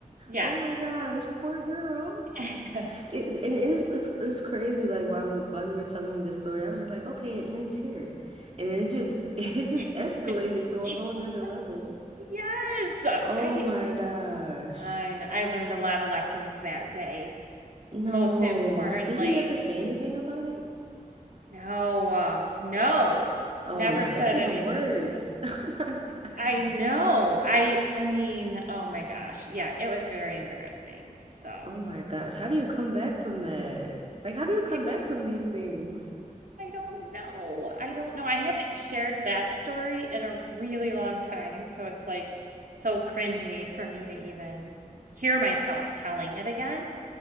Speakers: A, on the right (about 80°); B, on the right (about 45°).
A: Yeah.
B: Oh my gosh, poor girl.
A: <laughs> Yes.
B: It, and it's, it's it's crazy. Like while we, while you were telling me this story, I was just like, okay, it ends here. And then it just <laughs> it just
A: <laughs>
B: escalated
A: You
B: to a
A: know?
B: whole nother level.
A: Yes. uh,
B: Oh
A: I
B: my gosh.
A: I kn- I learned a lot of lessons that day.
B: No.
A: Most importantly,
B: Did he ever say anything about it?
A: no, uh, no.
B: Oh
A: Never
B: my,
A: said
B: that's even
A: anything.
B: worse.
A: back.
B: <laughs> Oh my
A: I
B: God.
A: know. I I mean, oh my gosh. Yeah, it was very embarrassing. So,
B: Oh my gosh, how do you come back from that? Like, how do you come
A: hey,
B: back from these things?
A: I don't know. I don't know. I haven't shared that story in a really long time, so it's like so cringy for me to even hear myself telling it again.